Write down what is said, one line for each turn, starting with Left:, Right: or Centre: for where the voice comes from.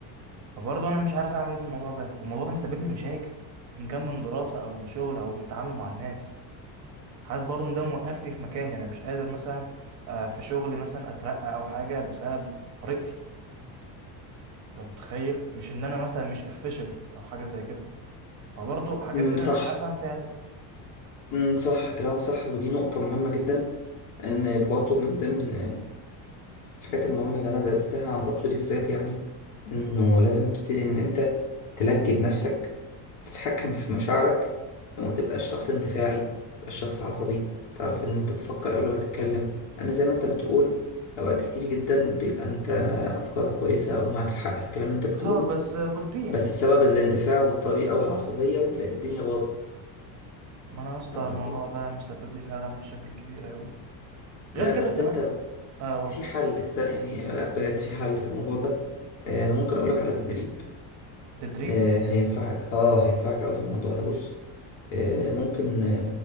Right: فبرضه انا مش عارف اعمل ايه في الموضوع ده والموضوع ده مسبب لي مشاكل ان كان من دراسه او من شغل او من تعامل مع الناس حاسس برضو ان ده موقفني في مكاني انا مش قادر مثلا آه، في شغلي مثلا اترقى او حاجه بسبب طريقتي انت متخيل مش ان انا مثلا مش efficient او حاجه زي كده فبرضو الحاجات
Left: مم،
Right: دي انا
Left: صح
Right: مش عارف اعمل فيها ايه
Left: مم، صح كلامك صح ودي نقطة مهمة جدا ان برضه من ضمن آه، الحاجات المهمة اللي انا درستها عن تطوير الذات يعني انه
Right: مم.
Left: لازم تبتدي ان انت تلجي بنفسك تتحكم في مشاعرك وما تبقاش شخص اندفاعي ما تبقاش شخص عصبي تعرف ان انت تفكر قبل ما تتكلم لان زي ما انت بتقول اوقات كتير جدا بيبقى انت افكارك كويسة او معاك الحق في الكلام اللي انت بتقوله
Right: اه بس آه، بتضيع
Left: بس بسبب الاندفاع والطريقة والعصبية بتلاقي الدنيا باظت
Right: ما انا يا اسطى
Left: فاهم
Right: الموضوع
Left: قصدي
Right: ده مسبب لي فعلا مشاكل كبيره قوي
Left: لا
Right: غير كده
Left: بس
Right: كمان
Left: انت
Right: اقول
Left: في حل است- يعني لا بجد في حل في الموضوع ده آه، انا ممكن اقولك على تدريب
Right: تدريب
Left: آه، هينفعك اه هينفعك اوي في الموضوع ده بص آه، ممكن آه،